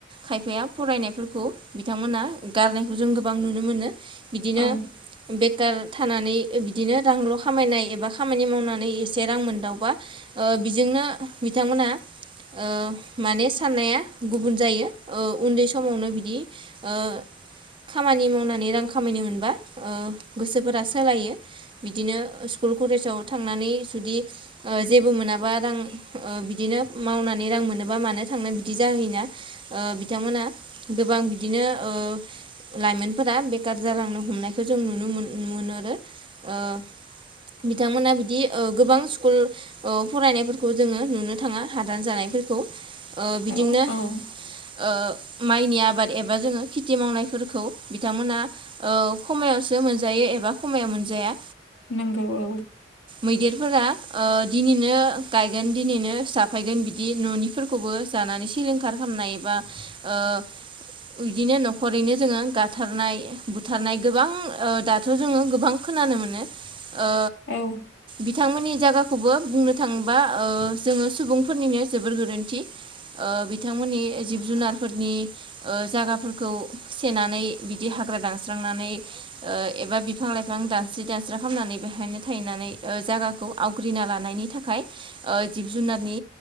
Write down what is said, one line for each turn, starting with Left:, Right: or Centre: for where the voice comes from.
Right: खायफाया फरायनायफोरखौ बिथांमोना गारनायखौ जों गोबां नुनो मोनो। बिदिनो
Left: औ
Right: बेखार थानानै बिदिनो रांल' खामायनाय एबा खामानि मावनानै से रां मोनदावबा ओ बेजोंनो बिथांमोना ओ माने साननाया गुबुन जायो ओ उन्दै समावनो बिदि ओ खामानि मावनानै रां खामायनो मोनबा ओ गोसोफोरा सोलायो। बिदिनो स्कुल कलेजाव थांनानै जुदि ओ जेबो मोनाबा रां ओ बिदिनो मावनानै रां मोनोबा मानो थांनो बिदि जाहैयोना। ओ बिथांमोना गोबां बिदिनो ओ लाइमोनफोरा बेखार जालांनो हमनायखौ जों नुनो मोन मोनहरो ओह बिथांमोना बिदि ओ गोबां स्कुल फरायनायफोरखौ जोङो नुनो थाङा हादान जानायफोरखौ। ओ बिदिनो
Left: औ औ
Right: ओ माइनि आबाद एबा जोङो खेथि मावनायफोरखौ बिथांमोना ओ खमायावसो मोनजायो एबा खमायाव मोनजाया।
Left: नोंगौ औ।
Right: मैदेरफोरा ओ दिनैनो गायगोन दिनैनो फिसा फायगोन बिदि न'निफोरखौबो जानानै सिलिंखार खालामनायबा ओ उयदिनो न'खरैनो जोङो गाथारनाय बुथारनाय गोबां ओ दाथ' जोङो गोबां खोनानो मोनो ओ
Left: औ
Right: बिथांमोननि जायगाखौबो बुंनो थाङोबा ओ जोङो सुबुंफोरनिनो जोबोर गोरोन्थि। ओ बिथांमोननि जिब जुनारफोरनि ओ जागाफोरखौ सेेनानै बिदि हाग्रा दानस्रांनानै ओ एबा बिफां लाइफां दानस्रि दानस्रि खालामनानै बेहायनो थाहैनानै ओ जायगाखौ आवग्रिना लानायनि थाखाय ओ जिब जुनारनि